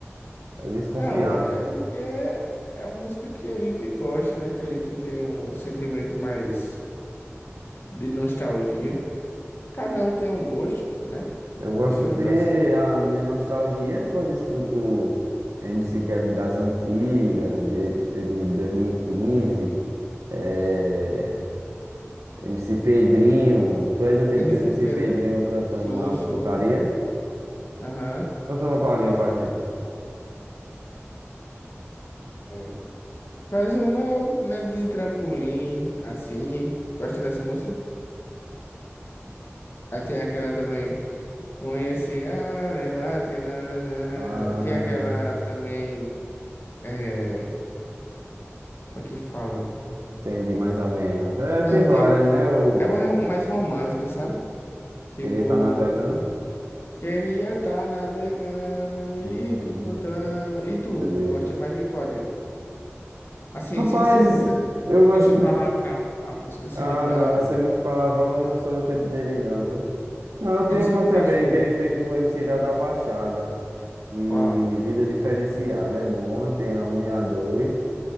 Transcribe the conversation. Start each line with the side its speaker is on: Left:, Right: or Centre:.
Right: é desconfiado.
Left: Não, é porque é uma música que a gente gosta, né? Que a gente tem um sentimento mais de nostalgia. Cada um tem um gosto, né?
Right: Eu gosto
Left: Digamos
Right: de.
Left: assim.
Right: A minha nostalgia é quando escuto MC Kevin das antigas, ele, ele de 2015, eh, MC Pedrinho. Tu é do tempo
Left: MC
Right: do MC
Left: Pedro,
Right: Pedrinho cantando
Left: sou,
Right: as
Left: sou,
Right: putaria?
Left: aham.
Right: Conta uma palhinha
Left: É,
Right: pra gente.
Left: é, faz uma, né, de trampolim, assim. Gosta dessa música? Aí tem aquela também. Conheci a matemática. nananana.
Right: Ah,
Left: Tem aquela
Right: <laughs>
Left: também. É, como é que fala?
Right: entendi mais ou menos. É,
Left: Não,
Right: tem várias,
Left: tem.
Right: né? Eu
Left: É uma ro- mais romântica, sabe? Tipo,
Right: queria estar navegando.
Left: queria estar navegando
Right: Uhum,
Left: e te contando. E tu,
Right: entendi.
Left: gosta mais de qual dele? Assim,
Right: Rapaz,
Left: sem ser muito,
Right: eu gosto.
Left: sem muito palavrão. A música sem
Right: Ah,
Left: muito palavrão
Right: não, eu sei
Left: dele.
Right: muito palavrão, eu não sou do tempo dele não, viu? Não, eu tenho
Left: MC
Right: uma
Left: Pikachu.
Right: também que ele fez com o MC Léo da Baixada, que
Left: Qual?
Right: Vida Diferenciada é bom, tem a um e a dois